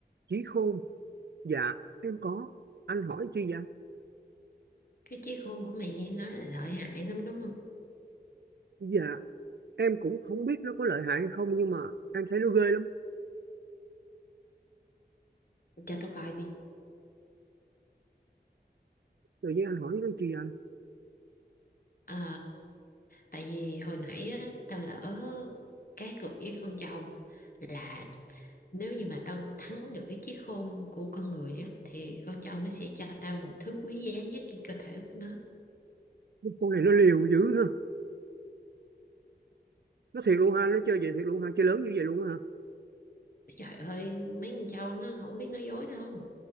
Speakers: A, on the right; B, on the left.
A: trí khôn dạ em có anh hỏi chi vậy anh?
B: Cái trí khôn của mày nghe nói là lợi hại lắm đúng không?
A: dạ em cũng không biết nó có lợi hại hay không nhưng mà em thấy nó ghê lắm
B: Cho tao coi đi.
A: tự nhiên anh hỏi nó chi vậy anh
B: Ờ, tại vì hồi nãy á, tao lỡ cái cược với con trâu là nếu như mà tao thắng được cái chiếc khôn của con người á thì con trâu nó sẽ cho tao một thứ quý giá nhất trên cơ thể của nó.
A: con này nó liều dữ ha nó thiệt luôn ha nó chơi vậy thiệt luôn ha chơi lớn như vậy luôn á hả
B: Trời ơi, mấy con trâu nó không biết nói dối đâu.